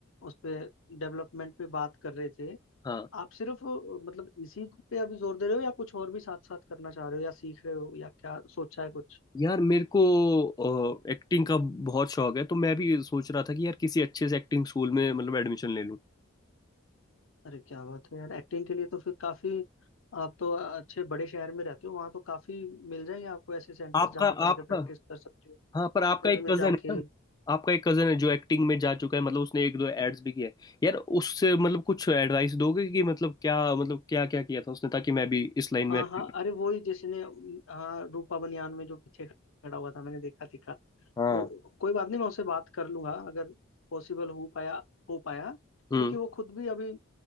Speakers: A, on the left; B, on the left.
A: उस पे डेवलपमेंट पे बात कर रहे थे
B: हाँ
A: आप सिर्फ अ, मतलब इसी पे अभी जोर दे रहे हो या कुछ और भी साथ साथ करना चाह रहे हो या सीख रहे हो या क्या सोचा है कुछ
B: यार मेरे को एक्टिंग का बहुत शौक है तो मैं भी सोच रहा था कि यार किसी अच्छे से एक्टिंग स्कूल में मतलब एडमिशन ले लूं
A: अरे क्या बात है यार एक्टिंग के लिए तो फिर काफी आप तो अच्छे बड़े शहर में रहते हो वहां तो काफी मिल जाएंगे आपको ऐसे सेंटर्स
B: आपका
A: जहाँ आप जाके
B: आपका
A: प्रैक्टिस कर सकते हो
B: हाँ
A: थिएटर्स
B: पर आपका एक
A: में
B: कजन
A: जाके
B: है ना आपका एक कजन है जो एक्टिंग में जा चुका है मतलब उसने एक दो एड्स भी किया है यार उससे मतलब कुछ एडवाइस दोगे कि मतलब क्या मतलब क्या क्या किया था उसने ताकि मैं भी इस लाइन
A: हाँ
B: में अच्छा
A: हाँ अरे वो ही जिसने हाँ रूपा बनियान में जो पीछे खड़ा हुआ था मैंने देखा दिखा
B: करूं। हाँ
A: वो कोई बात नहीं मैं उससे बात कर लूंगा अगर पॉसिबल हो पाया हो पाया
B: हम्म
A: क्योंकि वो खुद भी अभी